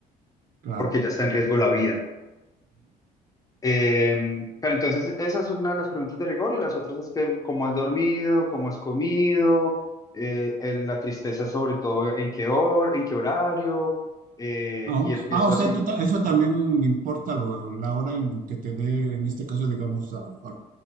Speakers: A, on the right; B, on the left.
A: Claro.
B: porque ya está en riesgo la vida. Eh, pero entonces esa es una de las preguntas de rigor y las otras es que cómo has dormido, cómo has comido, eh, el- la tristeza sobre todo en qué hora, en qué horario, eh,
A: Ah,
B: y empiezo
A: ah, o
B: así.
A: sea, tú ta- eso también me importa lo- la hora en que te dé, en este caso, digamos, a lo mejor,